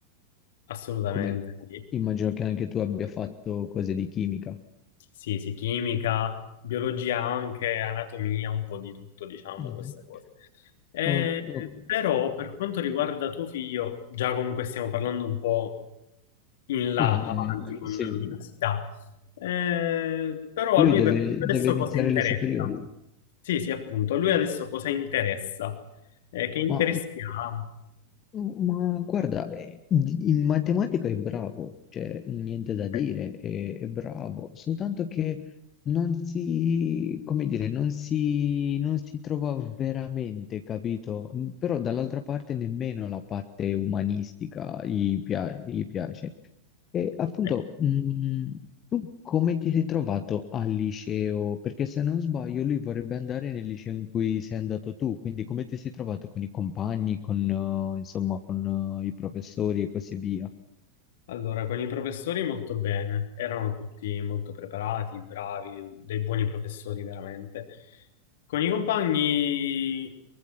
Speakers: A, on the left; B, on the left.
A: assolutamente,
B: come
A: sì.
B: immagino che anche tu abbia fatto cose di chimica.
A: Sì, sì, chimica, biologia anche, anatomia, un po' di tutto, diciamo,
B: Mhm.
A: queste cose. Eh,
B: Oh, oh,
A: però per quanto riguarda tuo figlio, già comunque stiamo parlando un po' in là
B: eh,
A: avanti con
B: sì.
A: l'università, Eh, però
B: Lui
A: a lui
B: deve,
A: per adesso
B: deve iniziare
A: cosa interessa?
B: le superiori,
A: Sì, sì, appunto, a lui adesso cosa interessa? Eh, che interessi
B: ma
A: ha?
B: Ma guarda, eh, in matematica è bravo, cioè niente da dire,
A: Ecco.
B: è, è bravo, soltanto che non si, come dire, non si, non si trova veramente, capito? Però dall'altra parte nemmeno la parte umanistica gli pia- gli piace. E appunto,
A: ecco.
B: mh, tu come ti sei trovato al liceo? Perché se non sbaglio lui vorrebbe andare nel liceo in cui sei andato tu, quindi come ti sei trovato con i compagni, con, eh, insomma, con, eh, i professori e così via?
A: Allora, con i professori molto bene, erano tutti molto preparati, bravi, dei buoni professori veramente. Con i compagni,